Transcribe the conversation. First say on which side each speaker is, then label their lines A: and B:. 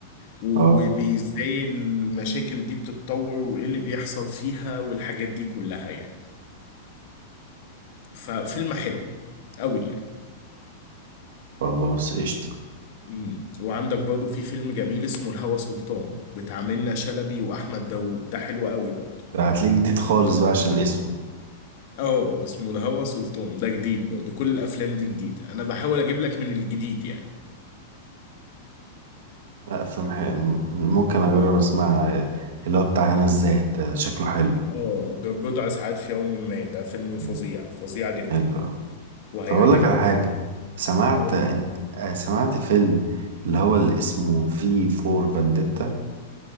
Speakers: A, on the left; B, on the right.
A: و-
B: اه
A: وبإزاي المشاكل دي بتتطور وإيه اللي بيحصل فيها والحاجات دي كلها يعني ففيلم حلو قوي يعني
B: خلاص قشطة
A: مم. وعندك برضه في فيلم جميل اسمه الهوى سلطان بتاع منة شلبي وأحمد داوود ده حلو قوي برضه
B: ده هتلاقيه جديد خالص بقى عشان اسمه
A: اه اسمه الهوى سلطان ده جديد برضه كل الأفلام دي جديدة أنا بحاول أجيب لك من الجديد يعني
B: لا افلام حق... ممكن اجرب اسمعها آه، اللي هو بتاع هنا الزاهد ده شكله حلو
A: اه بضع ساعات في يوم ما ده فيلم فظيع
B: مم.
A: فظيع جدا
B: حلو
A: وهيعجبك
B: طب أقول لك على حاجة سمعت
A: قول
B: أنت
A: لي.
B: آه، سمعت فيلم اللي هو اللي اسمه في فور فانديتا